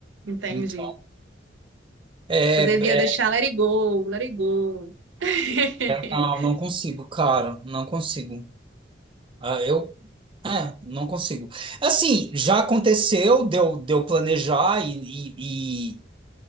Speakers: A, on the right (about 80°); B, on the right (about 30°).
A: Entendi.
B: então, é,
A: Você devia
B: é,
A: deixar let it go, let it go. <laughs>
B: não, não consigo, cara, não consigo. Ah, eu, é, não consigo. Assim, já aconteceu, deu, deu planejar e, e, e,